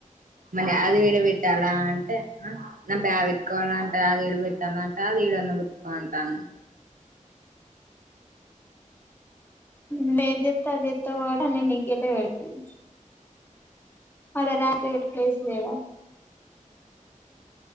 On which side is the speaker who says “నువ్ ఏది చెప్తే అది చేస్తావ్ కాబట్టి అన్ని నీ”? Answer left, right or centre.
Left